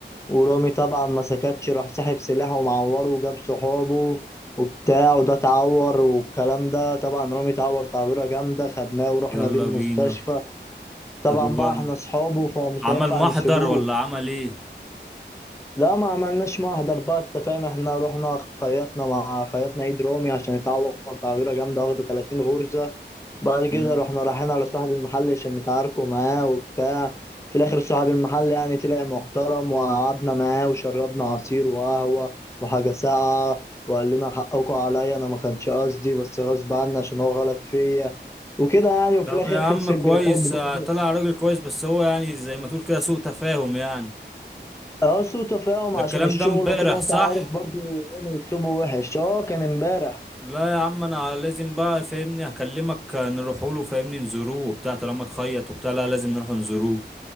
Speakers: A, on the left (about 15°); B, in the centre.
A: ورامي طبعا ما سكتش راح سحب سلاحه ومعوره وجاب صحابه وبتاع وده اتعور والكلام ده طبعا رامي اتعور تعويرة جامدة خدناه ورحنا
B: يلا
A: بيه المستشفى
B: بينا
A: طبعا
B: طب وبعد
A: بقى احنا اصحابه فمش
B: عمل
A: هينفع
B: محضر
A: نسيبوه
B: ولا عمل ايه
A: لا ما عملناش محضر بقى انت فاهم احنا رحنا خيطنا مع خيطنا ايد رامي عشان يتعور تعويره جامده واخده 30 غرزه بعد كده
B: مم.
A: رحنا رايحين على صاحب المحل عشان نتعاركوا معاه وبتاع في الاخر صاحب المحل يعني طلع محترم وقعدنا معاه وشربنا عصير وقهوه وحاجه ساقعه وقال لنا حقكم عليا انا ما كانش قصدي بس غصب عني عشان هو غلط فيا وكده يعني وفي
B: طب
A: الاخر
B: يا عم
A: خلصت
B: كويس
A: بالحب برضه
B: آه، طلع راجل كويس بس هو يعني زي ما تقول كده سوء تفاهم يعني
A: اه سوء تفاهم
B: ده
A: عشان
B: الكلام
A: الشغل
B: ده امبارح
A: وكده وانت
B: صح
A: عارف برضو يوم يكسبوا وحش اه كان امبارح
B: لا يا عم انا لازم بقى فاهمني هكلمك نروح له فاهمني نزوروه وبتاع طالما تخيط وبتاع لا لازم نروح نزوروه